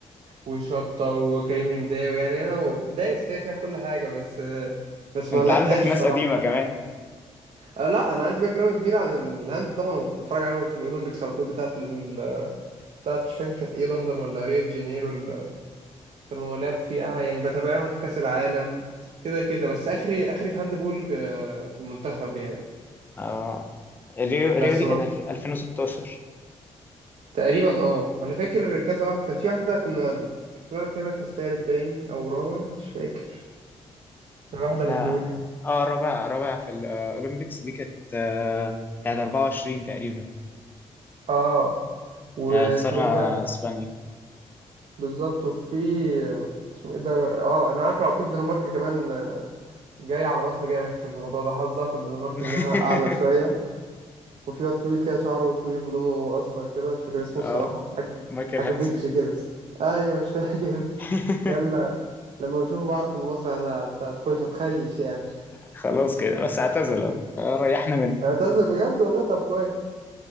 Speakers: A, on the right; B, on the left.
A: وشطه وكريم هنداوي يعني انا دايس كده كده في كل حاجه بس آه، بس ما
B: انت
A: لعبتهاش
B: عندك ناس
A: صراحه
B: قديمه كمان
A: آه لا انا عندي باك جراوند كبيره عن الهند طبعا وكنت بتفرج عليهم في الاولمبيكس على طول بتاعه ال... بتاعه مش فاكر كانت ايه لندن ولا ريو دي جانيرو ال... كانوا لعبوا فيها يعني بتابعهم في كاس العالم كده كده بس اخري اخري في هاند بول آه، المنتخب يعني
B: اه ريو
A: بس
B: ريو دي
A: ما
B: كانت 2016
A: تقريبا اه انا فاكر كذا واحد كان في واحده كنا طلعنا فيها مركز تالت باين او رابع مش فاكر واحده
B: لا
A: من دول
B: اه رابع رابع في الاولمبيكس دي كانت آه، بتاعت 24 تقريبا
A: اه واسمه
B: آه، خسرنا
A: ايه ده
B: اسبانيا
A: بالظبط وفي آه، اسمه ايه ده اه انا عارف على طول الدنمارك كمان آه، جاي على مصر جامد في الموضوع ده حظها في الدنمارك
B: <laughs>
A: انها اعلى شويه وفي واد طويل كده شعره طويل ولونه اصفر كده مش فاكر اسمه
B: اه
A: الصراحه حاجه
B: مايكل
A: حاجه
B: هانسن
A: فيكس كده ايوه مش فاكر
B: <laughs>
A: ده اللي لما بشوفه بعرف ان مصر هت- هتخش هتخيش يعني
B: خلاص كده بس اعتزل اهو آه، ريحنا منه
A: اعتزل بجد والله طب كويس